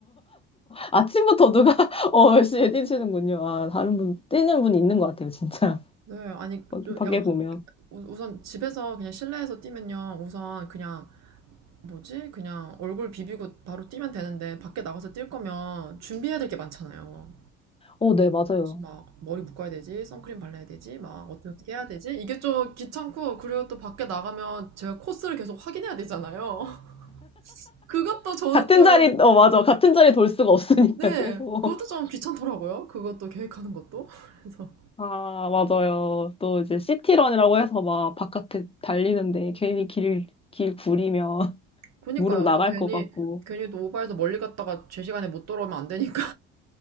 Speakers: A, on the left; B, on the right.
A: 아침부터 누가 <laughs> 어 열심히 뛰시는군요. 아 다른 분 뛰는 분이 있는 것 같아요, 진짜.
B: 네, 아니,
A: <laughs> 거기
B: 좀
A: 밖에
B: 약간 밖-
A: 보면.
B: 우- 우선 집에서 그냥 실내에서 뛰면요. 우선 그냥 뭐지? 그냥 얼굴 비비고 바로 뛰면 되는데 밖에 나가서 뛸 거면 준비해야 될 게 많잖아요.
A: 어, 네, 맞아요.
B: 무슨 막 머리 묶어야 되지, 선크림 발라야 되지, 막 어떻게 어떻게 해야 되지? 이게 좀 귀찮고 그리고 또 밖에 나가면 제가 코스를 계속 확인해야 되잖아요. <laughs> 그것도 저는
A: 같은
B: 좀
A: 자리, 어, 맞아. 같은 자리 돌 수가 없으니까
B: 네,
A: 계속.
B: 그것도 좀 귀찮더라고요. 그것도 계획하는 것도. <laughs> 그래서
A: <laughs> 아, 맞아요. 또 이제 시티런이라고 해서 막 바깥에 달리는데 괜히 길, 길 구리면 <laughs>
B: 그니까요.
A: 무릎 나갈
B: 또 괜히
A: 것 같고.
B: 괜히 또 오바해서 멀리 갔다가 제 시간에 못 돌아오면 안 되니까.